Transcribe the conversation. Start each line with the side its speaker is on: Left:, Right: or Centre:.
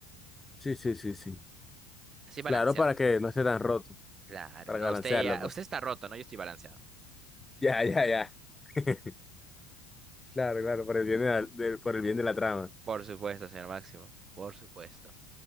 Centre: Sí, sí, sí, sí.
Right: Así balanceado.
Centre: Claro, para que no esté tan roto,
Right: Claro,
Centre: para
Right: no,
Centre: balancearlo,
Right: usted ya,
Centre: pues.
Right: usted
Centre: <laughs>
Right: está roto, ¿no? Yo estoy balanceado.
Centre: Ya, ya, ya. <laughs> Claro, claro, por el bien de la, del- por el bien de la trama.
Right: Por supuesto, señor Máximo, por supuesto.